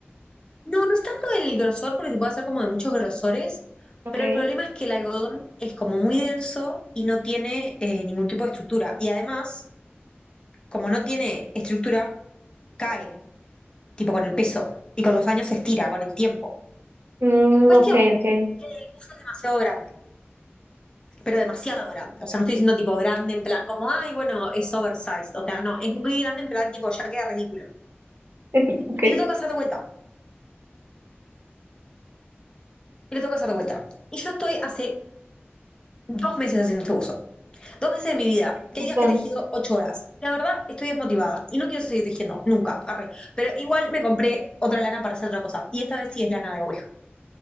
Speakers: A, on the left (about 20°); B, on the right (about 65°).
A: No, no es tanto el grosor, porque se puede hacer como de muchos grosores,
B: Ok.
A: pero el problema es que el algodón es como muy denso y no tiene eh, ningún tipo de estructura. Y además, como no tiene estructura, cae, tipo con el peso, y con los años se estira, con el tiempo.
B: Mm,
A: Cuestión
B: ok, ok.
A: que el buzo es demasiado grande. pero demasiado grande. O sea, no estoy diciendo tipo grande en plan como, ay, bueno, es oversized. O sea, no, es muy grande en plan tipo, ya queda ridículo.
B: <laughs> Ok.
A: Y le toca hacer de vuelta, y le toca hacer de vuelta. Y yo estoy hace dos meses haciendo este uso. Dos meses de mi vida. Que
B: Patrón,
A: hay días que he tejido ocho horas. La verdad, estoy desmotivada y no quiero seguir tejiendo, nunca, arre. Pero igual me compré otra lana para hacer otra cosa. Y esta vez sí es lana de oveja.